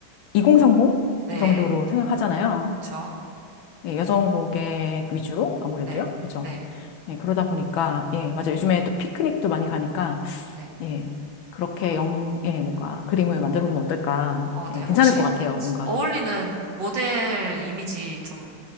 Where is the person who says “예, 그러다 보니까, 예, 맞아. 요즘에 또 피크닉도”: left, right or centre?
Left